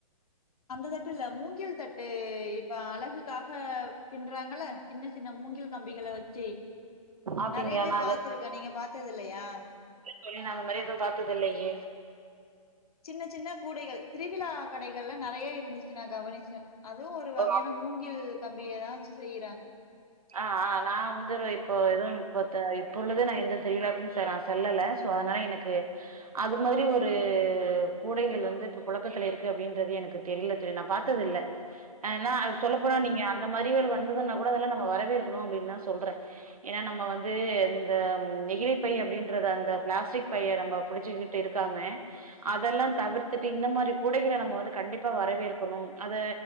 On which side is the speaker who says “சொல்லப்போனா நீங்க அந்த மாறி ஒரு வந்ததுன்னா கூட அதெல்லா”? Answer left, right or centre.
Right